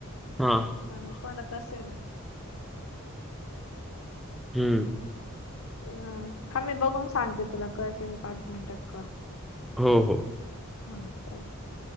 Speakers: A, in the centre; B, on the left.
A: हां.
B: कमी पडत असेल.
A: हम्.
B: ह थांब मी बघून सांगते तुला करते मी पाच मिनिटात कॉल.
A: हो हो.
B: <inaudible>